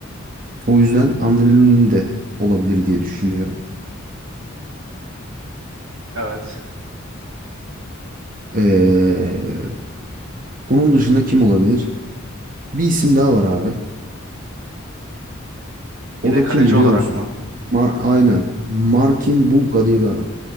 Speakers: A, on the right; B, on the right.
A: O yüzden André Lunin de olabilir diye düşünüyorum.
B: Evet.
A: Ee, onun dışında kim olabilir? Bir isim daha var abi.
B: Yine
A: O da
B: kaleci
A: kim biliyor
B: olarak
A: musun?
B: mı?
A: Mar Aynen. Markin Bulka diye bir adam.